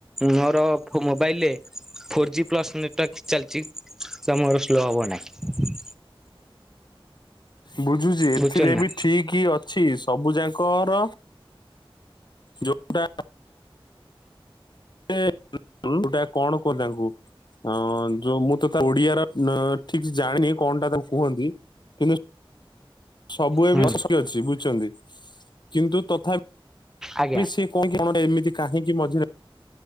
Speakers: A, in the centre; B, on the left.
A: ମୋର ମୋ ମୋବାଇଲରେ ଫୋର ଜି ପ୍ଲସ ନେଟୱାର୍କ ଚାଲିଛି ତ ମୋର ସ୍ଲୋ ହବ ନାହିଁ।
B: ବୁଝୁଛି ଏଥିରେ
A: ବୁଝୁଛନ୍ତି ନା
B: ବି ଠିକ ଅଛି ସବୁ ଯାଙ୍କର ଯୋଉଟା ଗୋଟେ ତୁ ଟା କଣ ପଦାକୁ ହଁ ଯୋଉ ମୁଁ ତ ତା ଓଡିଆର ଠିକ୍ ଜାଣିନି କଣ ଟା ତାକୁ କୁହନ୍ତି କିନ୍ତୁ ସବୁ ଏବେ
A: ହୁଁ
B: ଅସୁ ଅଛି ବୁଝୁଛନ୍ତି କିନ୍ତୁ ତ
A: ଆଜ୍ଞା
B: ସିଏ କହ କି କଣ ଏମିତି କାହିଁକି ମଝିରେ